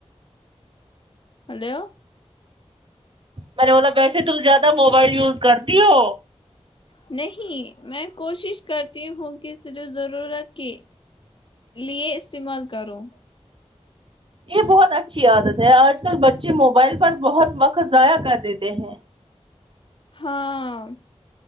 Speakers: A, on the left; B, on the right.
A: ہیلو
B: میں نے بولا ویسے تم زیادہ موبائل یوز کرتی ہو
A: نہیں میں کوشش کرتی ہوں کہ صرف ضرورت کہ لیے استعمال کرو
B: یے بہت اچھی عادت ہے آج کل بچے موبائل پر بہت وقت ضائع کر دیتے ہیں
A: ہاں